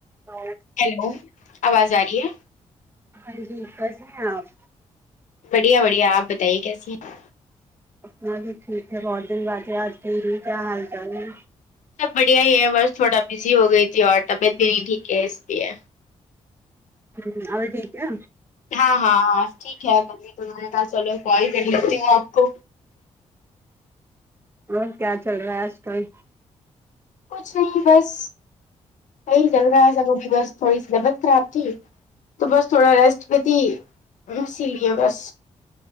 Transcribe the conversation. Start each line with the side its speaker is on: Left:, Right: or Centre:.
Right: تو
Left: ہیلو آواز آ رہی ہے
Right: ہاں جی بس ہے آپ
Left: بڑھیا بڑھیا آپ بتائیے کیسی ہیں
Right: اپنا بھی ٹھیک ہے بہت دن بعد رات رہی ہے کیا حال چال ہے
Left: سب بڑھیا ہی ہے بس تھوڑا بزی ہو گئی تھی اور طبیعت بھی نہیں ٹھیک ہے اس لیے
Right: ہوں اور ٹھیک ہے
Left: ہاں ہاں ٹھیک ہے تبھی تو میں نے کہ چلو کال کر لیتی ہوں آپ کو
Right: اور کیا چل رہا ہے آج کل
Left: کچھ نہیں بس صحیح چل رہا ہے سبوں کی بس تھوڑی سی طبعت خراب تھی تو بس تھوڑا ریسٹ پتی اسی لیے بس